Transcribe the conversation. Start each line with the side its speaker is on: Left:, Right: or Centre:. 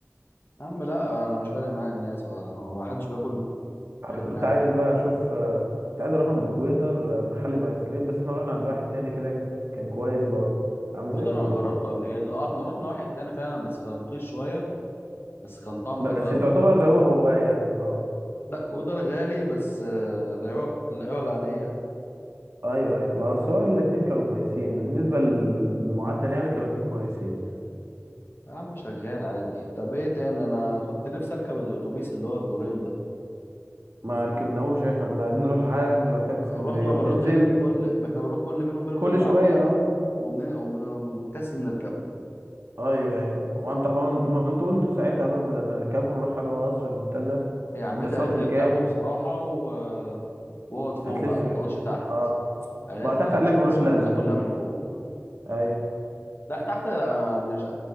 Left: يا عم لا انا مش فارق معايا الناس وما حدش بياكل
Right: انا
Left: غيرنا
Right: كنت عايز
Left: يعني
Right: بقى اشوف آه، كنت عايز اروح عند كويدر آه، محل بايس كريم بس احنا رحنا عند واحد تاني كده كان كويس برضه عامل
Left: كودر
Right: زي كويدر
Left: انا جربته قبل كده اه احنا رحنا واحد تاني فعلا بس كان رخيص شويه بس كان طعمه
Right: بس
Left: حلو قوي
Right: تعتبر هو هو يعني اه
Left: لا كودر غالي بس آه، لا يعلى لا يعلى عليه يعني.
Right: ايوه ايوه بس هو الاثنين كانوا كويسين بالنسبه لل- للمعدل يعني كانوا الاثنين كويسين
Left: يا عم شغال عادي طب ايه تاني انا كنت نفسي اركب الاتوبيس اللي هو الدورين ده
Right: ما ركبناهوش احنا كنا عايزين نروح لحد مكتبه
Left: رحنا
Right: اسكندريه
Left: مرتين
Right: وننزل
Left: كل احنا بنروح كل فين وفين
Right: كل
Left: بالعافيه
Right: شويه اه
Left: وبن... وبن... وبنكسل نركبه
Right: ايوه ايوه وانت وانت ما انت قلت ساعتها بقى بدل ما نركبه نروح على قصر المنتزه
Left: هي عمتي
Right: بس
Left: قالت
Right: هو كان
Left: لي اركبه
Right: جامد
Left: بصراحه و... واقعد فوق
Right: هتلف
Left: بقى ما
Right: بيه.
Left: تقعدش تحت
Right: اه
Left: قالت
Right: ما هو تحت
Left: لي
Right: قال
Left: هتشوف
Right: لك ملوش
Left: اسكندريه
Right: لازمه
Left: كلها من فوق
Right: اي
Left: لا تحت آه، مش